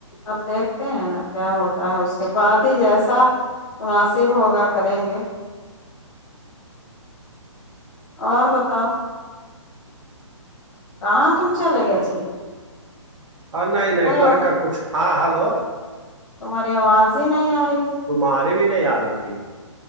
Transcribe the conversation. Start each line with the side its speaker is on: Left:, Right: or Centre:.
Left: اب دیکھتے ہیں نا کیا ہوتا ہے اس کے بعد ہی جیسا مناسب ہوگا کریں گے اور بتاؤ کہاں تم لگا جی
Right: ہاں نہیں نیٹورک
Left: ہلو
Right: کا کچھ ہاں ہلو
Left: تمہاری آواز ہی نہیں آ رہی تھی
Right: ماری بھی نہیں آ رہی تھی